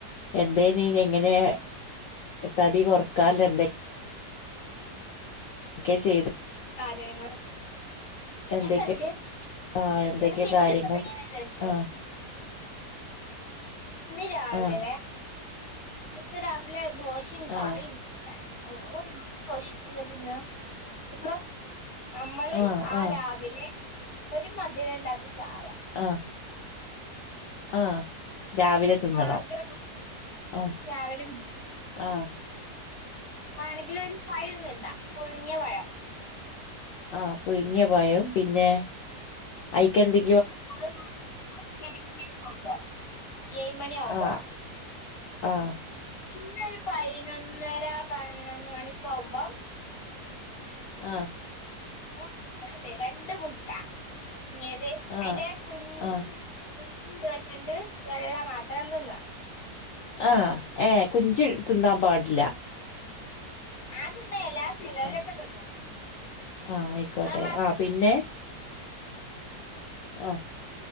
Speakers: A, on the left; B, on the left.
A: എന്തേനി എങ്ങനെ തടി കൊർക്കാനുള്ള
B: <inaudible>
A: ക്കെ ചെയ്തു
B: കാര്യാങ്ങളും
A: എന്തൊക്കെ
B: യസ്സസ് യസ്
A: ആഹ് എന്തൊക്കെ
B: ഇന്ന് ഇന്ന്പ്പോ
A: കാര്യങ്ങൾ
B: <unintelligible> വിചാരിച്ചോ
A: ആഹ്
B: ഇന്ന് രാവിലെ
A: ആഹ്
B: ഇന്ന് രാവിലെ ദോഷിം
A: ആഹ്
B: കറിം ര ഓള് ദോശക്കില്ലത്ന്നാ ഇപ്പാ നമ്മള്
A: ആഹ്
B: ആ
A: ആഹ്
B: രാവിലെ ഒരു മധുരല്ലാത്ത ചായ
A: ആ ആ രാവിലെ തിന്നണം
B: മാത്രം കുടിച്ചില്ല
A: ആ
B: രാവിലെ
A: ആ
B: വാണെങ്കില് ഒരു പഴം നിന്നാ പുഴുങ്ങിയ പഴം
A: ആ പുഴുങ്ങിയ പയം പിന്നെ ഐക്കന്തെ
B: <unintelligible> ഏഴ്മണി ആവുമ്പോ
A: ആഹ് ആഹ്
B: പിന്നെ പയ്നൊന്നര പതിനൊന്ന് മണിയോക്കെ ആവുമ്പം
A: ആ
B: മുട്ടല്ലേ രണ്ട് മുട്ട പിങ്ങേത്
A: ആഹ്
B: അയ്ന്റെ കുഞ്
A: ആഹ്
B: കുഞ് വെക്കണ്ട് വെള്ള മാത്രം തിന്നാ
A: ആ ഏ കുഞ്ചി തിന്നാം പാടില്ല
B: ഞാൻ തിന്നൽല്ല ചെലോലൊക്കെ
A: ആ
B: തിന്നും
A: ആ ആയിക്കോട്ടെ
B: അത് മാത്രം
A: ആ പിന്നെ
B: തിന്നാ
A: ആ